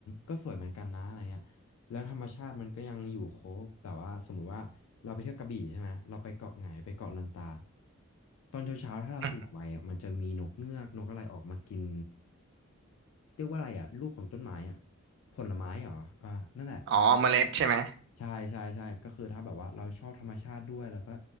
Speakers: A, on the left (about 80°); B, on the right (about 60°).
A: ก็สวยเหมือนกันนะอะไรเงี้ยแล้วธรรมชาติมันก็ยังอยู่ครบแบบว่าสมมุติว่าเราไปเที่ยวกระบี่ใช่ไหมเราไปเกาะไหงไปเกาะลันตาตอนเช้าๆถ้าเราตื่นไวอ่ะมันจะมีนกเงือกนกอะไรออกมากิน
B: อืม
A: เรียกว่าอะไรอ่ะลูกของต้นไม้อ่ะผลไม้เหรออ่านั่นแหละ
B: อ๋อเมล็ดใช่ไหม
A: ใช่ใช่ใช่ก็คือถ้าแบบว่าเราชอบธรรมชาติด้วยแล้วก็